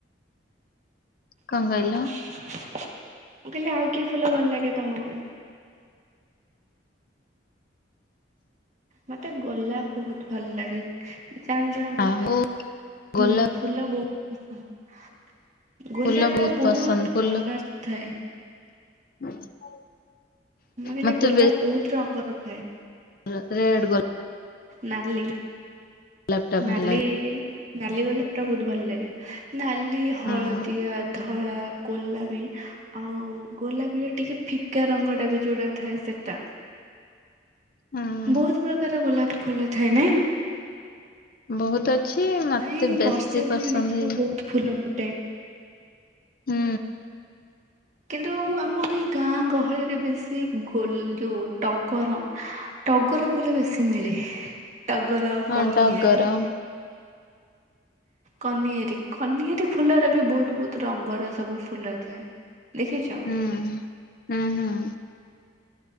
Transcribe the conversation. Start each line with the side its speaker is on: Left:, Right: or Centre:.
Left: କଣ କହିଲ
Right: <inaudible> ମୁଁ କହିଲି ଆଉ କି ଫୁଲ ଭଲ ଲାଗେ ତମକୁ? ମତେ ଗୋଲାପ୍ ବହୁତ ଭଲ ଲାଗେ। ଜଣେ ଜଣେ ଗୋଲାପ୍
Left: ଆଉ ଗୋଲାପ
Right: ହୁଁ ଫୁଲ ବହୁତ ପସନ୍ଦ। ଗୋଲାପ୍
Left: ଫୁଲ
Right: ର ବହୁତ
Left: ପସନ୍ଦ ଫୁଲ
Right: କଲର୍ ଥାଏ।
Left: <inaudible>
Right: ମୁଁ କହିଲି
Left: ମତେ
Right: ଗୋଲାପ୍ ବହୁତ ରଙ୍ଗର ଥାଏ।
Left: ର ରେଡ୍ ଗୋଲା
Right: ନାଲି
Left: ଗୋଲାପ ଟା
Right: ନାଲି
Left: ଭଲ ଲାଗେ।
Right: ନାଲି ଗୋଲାପଟା ବହୁତ ଭଲ ଲାଗେ ନାଲି, ହଳଦିଆ,
Left: ହୁଁ।
Right: ଧ ଧଳା, ଗୋଲାପି ଆଉ ଗୋଲାପିର ଟିକେ ଫିକା ରଙ୍ଗ ଟା ବି ଯଉଟା ଥାଏ ସେଟା।
Left: ହୁଁ
Right: ବହୁତ୍ ପ୍ରକାରର ଗୋଲାପ ଫୁଲ ଥାଏ ନାଇଁ?
Left: ବହୁତ ଅଛି ମତେ
Right: ଏଇ
Left: ବେଶୀ
Right: ବର୍ଷା ଦିନେ
Left: ପସନ୍ଦ
Right: ଦେଖିବ
Left: ହେଇ
Right: ବହୁତ ଫୁଲ ଫୁଟେ
Left: ହୁଁ।
Right: କିନ୍ତୁ ଆମ ଏଇ ଗାଁ ଗହଳିରେ ବେଶୀ ଗୋଲ ଯଉ ଟଗର ଟଗର ଫୁଲ ବେଶୀ ମିଳେ ଟଗର,
Left: ହଁ
Right: କନିଏରି
Left: ଟଗର ହୁଁ
Right: କନିଏରି କନିଏରି ଫୁଲରେ ବି ବହୁତ ବହୁତ ରଙ୍ଗର ସବୁ ଫୁଲ ଥାଏ। ଦେଖିଚ?
Left: ହୁଁ, ହୁଁ, ହୁଁ